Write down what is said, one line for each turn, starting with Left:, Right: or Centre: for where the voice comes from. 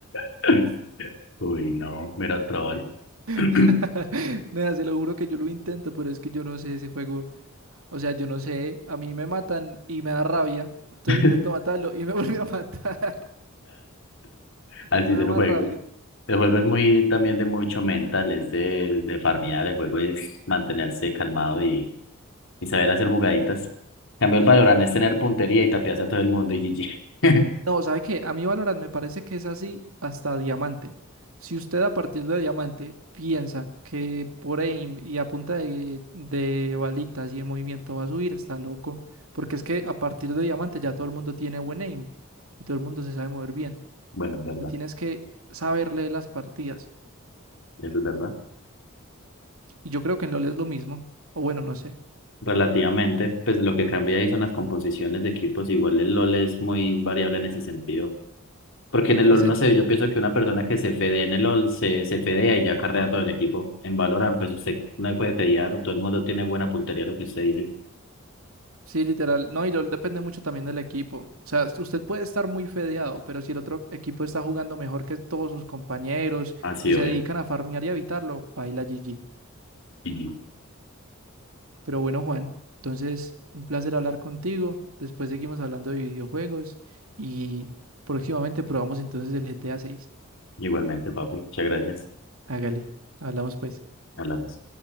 Left: <laughs> Uy, no, mero troll.
Right: <laughs>
Left: <laughs>
Right: Nada, se lo juro que yo lo intento, pero es que yo no sé ese juego. O sea, yo no sé, a mí me matan y me da rabia. Entonces
Left: <clears throat>
Right: intento matarlo y me <laughs> vuelve a matar.
Left: Así
Right: Y me
Left: se
Right: da
Left: lo
Right: más
Left: juego.
Right: rabia.
Left: El juego es muy también de mucho mental, es de, de farmear. El juego es mantenerse calmado y, y saber hacer jugaditas. En cambio, el
Right: Y
Left: Valorant
Right: literal.
Left: es tener puntería y tapiarse a todo el mundo y GG. <laughs>
Right: No, ¿sabe qué? A mí Valorant me parece que es así hasta diamante. Si usted a partir de diamante piensa que por aim y a punta de, de balitas y de movimiento va a subir, está loco. Porque es que a partir de diamante ya todo el mundo tiene buen aim y todo el mundo se sabe mover bien.
Left: Bueno, es verdad,
Right: Usted tienes que saber leer las partidas.
Left: eso es verdad.
Right: Y yo creo que en LoL es lo mismo. O bueno, no sé.
Left: relativamente. Pues lo que cambia ahí son las composiciones de equipos. Igual el LOL es muy variable en ese sentido. Porque en el
Right: Parce,
Left: LOL, no sé, yo pienso que una persona que se fedea en el LOL se, se fedea y ya carrea todo el equipo. En Valorant, pues usted no puede fedear, todo el mundo tiene buena puntería a lo que usted dice.
Right: Sí, literal. No, y lo depende mucho también del equipo. O sea, usted puede estar muy fedeado, pero si el otro equipo está jugando mejor que todos sus compañeros
Left: Así,
Right: y se
Left: obvio.
Right: dedican a farmear y a evitarlo, paila GG.
Left: Ujú.
Right: Pero bueno, Juan, entonces un placer hablar contigo. Después seguimos hablando de videojuegos y próximamente probamos entonces el GTA 6.
Left: Igualmente, papi. Muchas gracias.
Right: Hágale, hablamos pues.
Left: Hablamos.